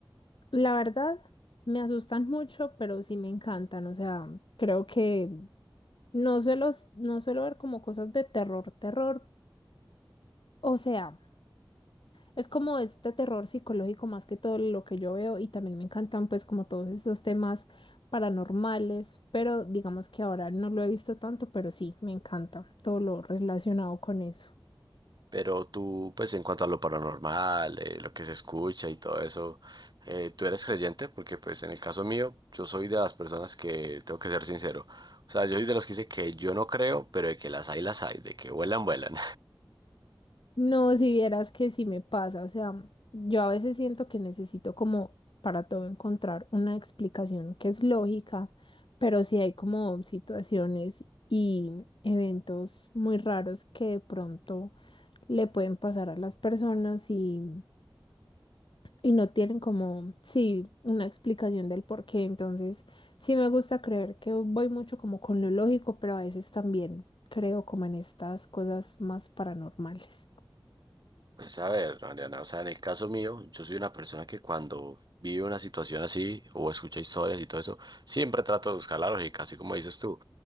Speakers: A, on the left (about 65°); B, on the right (about 50°).
A: La verdad, me asustan mucho, pero sí me encantan. O sea, creo que no suelo, s- no suelo ver como cosas de terror, terror. O sea, Es como este terror psicológico más que todo lo que yo veo y también me encantan pues como todos esos temas paranormales, pero digamos que ahora no lo he visto tanto, pero sí, me encanta todo lo relacionado con eso.
B: Pero tú, pues en cuanto a lo paranormal, eh, lo que se escucha y todo eso, eh, ¿tú eres creyente? Porque pues en el caso mío, yo soy de las personas que, tengo que ser sincero, o sea, yo soy de los que dice que yo no creo, pero de que las hay, las hay, de que vuelan, vuelan.
A: No, si vieras que sí me pasa, o sea, yo a veces siento que necesito como para todo encontrar una explicación que es lógica, pero sí hay como situaciones y eventos muy raros que de pronto le pueden pasar a las personas y... y no tienen como, sí, una explicación del por qué. Entonces, sí me gusta creer que voy mucho como con lo lógico, pero a veces también creo como en estas cosas más paranormales.
B: Pues a ver, Mariana, o sea, en el caso mío, yo soy una persona que cuando vive una situación así o escucha historias y todo eso, siempre trato de buscar la lógica, así como dices tú.